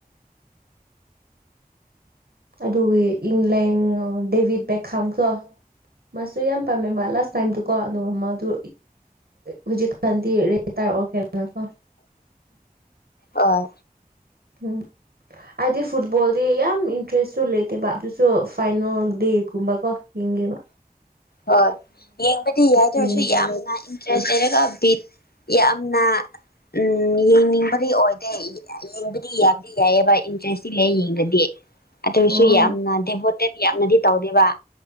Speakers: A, on the right (about 80°); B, on the left (about 85°).
A: ꯑꯗꯨꯒꯤ ꯏꯪꯂꯦꯟ ꯗꯦꯕꯤꯠ ꯕꯦꯈꯥꯝꯇꯣꯁ ꯑꯗꯨ ꯌꯥꯝ ꯄꯥꯝꯃꯦꯕ ꯂꯥꯁ ꯇꯥꯏꯝꯗꯀꯣ ꯑꯗꯨ ꯑꯃ ꯑꯗꯨ ꯍꯧꯖꯤꯛꯀꯥꯟꯗꯤꯔꯤꯇꯥꯔ ꯑꯣꯏꯔ ꯀꯣ
B: ꯍꯣꯏ
A: ꯎꯝ ꯍꯥꯏꯗꯤ ꯐꯨꯠꯕꯣꯜꯗꯤ ꯌꯥꯝ ꯏꯟꯇ꯭ꯔꯦꯁꯁꯨ ꯂꯩꯇꯦꯕ ꯑꯗꯨꯁꯨ ꯐꯥꯏꯅꯦꯜ ꯗꯦꯀꯨꯝꯕꯀꯣ ꯌꯦꯒꯦꯕ
B: ꯍꯣꯏ ꯌꯦꯡꯕꯗꯤ ꯌꯥꯗ꯭ꯔꯁꯨ
A: ꯌꯦꯡꯉꯦ
B: ꯌꯥꯝꯅ ꯏꯟꯇꯔꯦꯁ ꯂꯩꯔꯒ ꯕꯤ ꯌꯥꯝꯅ ꯎꯝ ꯌꯦꯡꯅꯤꯡꯕꯗꯤ ꯑꯣꯏꯗꯦ ꯌꯦꯡꯕꯗꯤ ꯌꯥꯕꯗꯤ ꯌꯥꯏꯑꯕ ꯏꯟꯇꯔꯦꯁꯇꯤ ꯂꯩ ꯌꯦꯡꯕꯗꯤ ꯑꯗꯨꯁꯨ
A: ꯑꯣ
B: ꯌꯥꯝꯅ ꯗꯦꯚꯣꯇꯦꯠ ꯌꯥꯝꯅꯗꯤ ꯇꯧꯗꯦꯕ